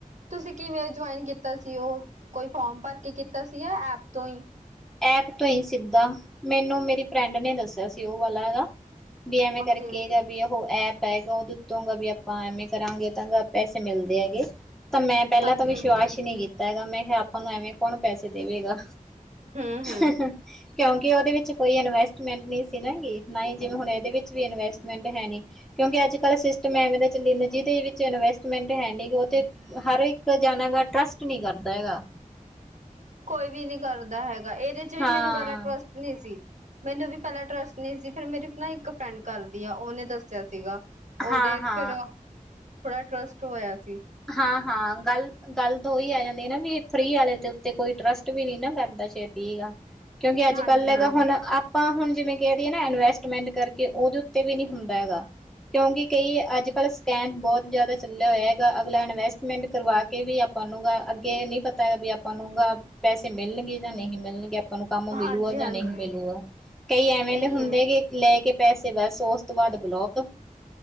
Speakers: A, on the right; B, in the centre.
A: ਤੁਸੀਂ ਕਿਵੇਂ ਜੋਇਨ ਕੀਤਾ ਸੀ ਓਹ? ਕੋਈ ਫੋਮ ਭਰ ਕੇ ਕੀਤਾ ਸੀ ਯਾਂ ਐਪ ਤੋ ਈ?
B: ਐਪ ਤੋ ਈਂ ਸਿੱਧਾ, ਮੈਨੂੰ ਮੇਰੀ ਫਰੈਂਡ ਨੇ ਦੱਸੇਆ ਸੀ ਓ ਵਾਲਾ ਐਗਾ ਵੀ ਐਵੇਂ ਕਰਕੇ
A: ਓਕੇ
B: ਜਾ ਵੀ ਓਹ ਐਪ ਐਗਾ ਉਦੇ ਉੱਤੋਂ ਗਾ ਵੀ ਆਪਾਂ ਐਵੇਂ ਕਰਾਂਗੇ ਤਾਂ ਗਾ ਪੈਸੇ ਮਿਲਦੇ ਐਗੇ। ਤਾਂ ਮੈਂ ਪੈਲਾਂ
A: ਹਾਂਜੀ-ਹਾਂਜੀ
B: ਤਾਂ ਵਿਸ਼ਵਾਸ਼ ਈ ਨੀ ਕੀਤਾ ਐਗਾ ਮੈਂ ਹ ਆਪਾਂ ਨੂੰ ਐਵੇਂ ਕੌਣ ਪੈਸੇ ਦੇਵੇਗਾ।
A: ਹੂੰ-ਹੂੰ
B: ਹ ਹ ਕਿਉਂਕਿ ੳਦੇ ਵਿਚ ਕੋਈ ਇਨਵੈਸਟਮੈਂਟ ਨਈ ਸੀ ਨਾ ਹੈਗੀ, ਨਾ ਈ ਜਿਵੇਂ ਹੁਣ ਏਦੇ ਵਿਚ ਵੀ ਇਨਵੈਸਟਮੈਂਟ ਹੈ ਨੀ। ਕੇਉਂਕਿ ਅੱਜ ਕੱਲ੍ਹ ਸਿਸਟਮ ਐਵੇਂ ਦਾ ਚੱਲੀ ਜਂਦਾ ਜਿਦੇ ਵਿੱਚ ਇਨਵੈਸਟਮੈਂਟ ਹੈ ਨੀ ਗਾ ੳ ਤੇ ਹਰ ਇੱਕ ਜਾਨਾ ਗਾ ਟਰਸਟ ਨੀ ਕਾਰਦਾ ਐਗਾ।
A: ਕੋਈ ਵੀ ਨੀ ਕਾਰਦਾ ਹੈਗਾ ਏਦੇ ਚ ਵੀ
B: ਹਾਂ,
A: ਮੇਨੂੰ ਪੈਲਾਂ ਟਰਸਟ ਨੀ ਸੀ ਮੈਨੂੰ ਵੀ ਪੈਲਾਂ ਟਰੱਸਟ ਨੀ ਸੀ ਫੇਰ ਮੇਰੀ ਨਾ ਇੱਕ ਫਰੈਂਡ ਕਾਰਦੀ ਆ ਓਨੇ ਦੱਸੇਆ ਸੀਗਾ ਓਦੇ
B: ਹਾਂ, ਹਾਂ
A: ਫਿਰ, ਥੋੜਾ ਟਰਸਟ ਹੋਏਆ ਸੀ।
B: ਹਾਂ-ਹਾਂ ਗੱਲ, ਗੱਲ ਤਾਂ ਓਈ ਆ ਜਾਂਦੀ ਨਾ ਵੀ ਫ੍ਰੀ ਆਲੇ ਦੇ ਉੱਤੇ ਕੋਈ ਟਰਸਟ ਵੀ ਨੀ ਨਾ ਕਾਰਦਾ ਸ਼ੇ ਤੀ ਗਾ, ਕੇਓਂਕਿ ਅੱਜ
A: ਹਾਂਜੀ
B: ਕੱਲ ਐਗਾ
A: ਹਾਂਜੀ
B: ਹੁਣ ਆ ਪਾਂ ਹੁਨ ਜਿਵੇਂ ਕੈਦੀਏ ਨਾ ਐਨਵੈਸਟਮੈਂਟ ਕਰਕੇ ਓਦੇ ਉੱਤੇ ਵੀ ਨੀ ਹੁੰਦਾ ਹੈਗਾ ਕੇਓਂਕਿ ਕਈ ਅੱਜ ਕੱਲ ਸਕੈਮ ਬੋਤ ਜਾਦਾ ਚੱਲੇ ਹੋਏਐ ਗਾ ਅਗਲਾ ਐਨਵੈਸਟਮੈਂਟ ਕਰਵਾ ਕੇ ਵੀ ਆਪਾਂ ਨੂੰ ਗਾ ਅੱਗੇ ਨੀ ਪਤਾ ਬੀ ਆਪਾਂ ਨੂੰ ਗਾ ਪੈਸੇ ਮਿਲਨਗੇ ਜਾਂ ਨਹੀਂ ਮਿਲਨਗੇ ਆ ਅਪਾਂ ਨੂੰ ਕੰਮ ਮਿਲੂਆ
A: ਹਾਂਜੀ
B: ਜਾਂ
A: ਹਾਂਜੀ
B: ਨਹੀਂ ਮਿਲੂਗਾ, ਕਈ ਐਵੇਂ ਦੇ
A: ਇਹੀ
B: ਹੁੰਦੇ
A: ਹੈ
B: ਗੇ ਲੈ ਕੇ ਪੈਸੇ ਬਸ ਓਸ ਤੋਂ ਬਾਦ ਬਲੋਕ